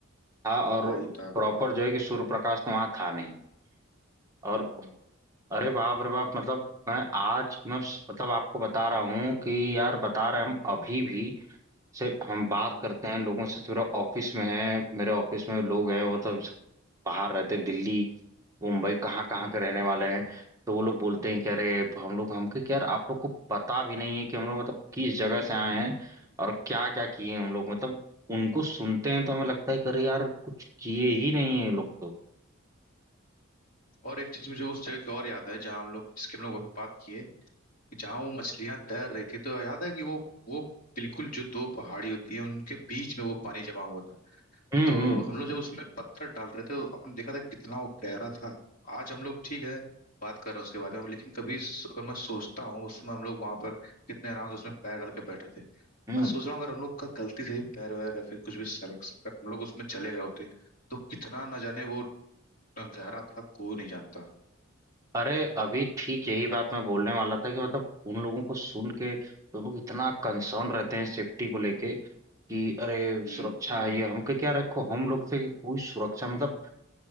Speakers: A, on the right; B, on the left.
A: था और
B: वही था
A: प्रॉपर जो है कि सूर्य प्रकाश तो वहां था नहीं और
B: हम्म
A: अरे बाप रे बाप मतलब मैं आज मैं उस- मतलब आपको बता रहा हूँ कि यार बता रहे
B: हम्म
A: हैं हम अभी भी से हम बात
B: हम्म
A: करते हैं लोगों से थोड़ा ऑफिस में है मेरे ऑफिस में लोग हैं
B: हम्म,
A: वो तो बाहर रहते हैं, दिल्ली मुंबई कहाँ कहाँ
B: हम्म,
A: के रहने वाले हैं तो वो लोग बोलते हैं कि अरे हम लोग हमके क्या यार आप लोग को पता भी नहीं है कि हम लोग मतलब किस जगह
B: हम्म।
A: से आए हैं और क्या क्या किए हैं हम लोग मतलब उनको सुनते हैं तो हमें लगता है कि अरे यार कुछ किए ही नहीं है ये लोग तो
B: और एक चीज मुझे उस जगह की और याद है जहां हम लोग जिसके हम लोग अभी बात किए कि जहां वो मछलियां तैर रही थी तो याद है कि वो वो बिल्कुल जो दो पहाड़ी होती है उनके बीच में वो पानी जमा हुआ था
A: हम्म
B: तो
A: हम्म
B: हम लोग जब उसमें पत्थर डाल रहे थे तो आपने देखा था कितना वो गहरा था आज हम लोग ठीक है बात कर रहे हैं उसके बारे में लेकिन कभी स- अगर मैं सोचता हूँ उसमें हम लोग वहां पर कितने आराम से उसमें पैर डाल के बैठे थे
A: हम्म
B: मैं सोच रहा हूँ अगर हम लोग का गलती से ही पैर वैर या फिर कुछ भी सरक अगर हम लोग उसमें चले गए होते तो कितना न जाने वो गहरा था कोई नहीं जानता
A: अरे अभी ठीक यही बात मैं बोलने वाला था कि मतलब उन लोगों को सुन के तो लोग इतना कंसर्न रहते हैं सेफ्टी को लेके कि अरे
B: हम्म
A: सुरक्षा है ये हमके क्या रखो हम लोग थे कि कोई सुरक्षा मतलब